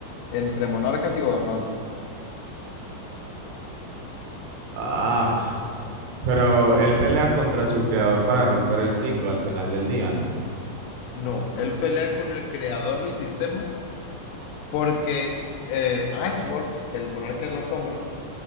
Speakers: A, on the left (about 85°); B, on the right (about 80°).
A: entre monarcas y gobernantes.
B: Ah. Pero él pelea contra su creador para romper el ciclo al final del día, ¿no?
A: No, él pelea con el creador del sistema porque eh, Ashborn, el monarca de las sombras,